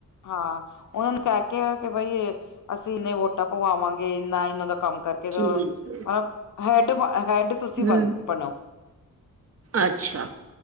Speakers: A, on the left; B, on the right.
A: ਹਾਂ ਉਹਨਾਂ ਨੂੰ ਕਹਿ ਕੇ ਕਿ ਬਈ ਅਸੀਂ ਇੰਨੇ ਵੋਟਾਂ ਪਵਾਵਾਂਗੇ ਇੰਨਾ ਇਹਨਾਂ ਦਾ ਕੰਮ ਕਰਕੇ ਮਤਲਬ
B: ਠੀਕ ਹੈ।
A: ਹੈਡ ਹੈਡ ਤੁਸੀਂ
B: ਹਮ
A: ਬਣ ਬਣੋ
B: ਅੱਛਾ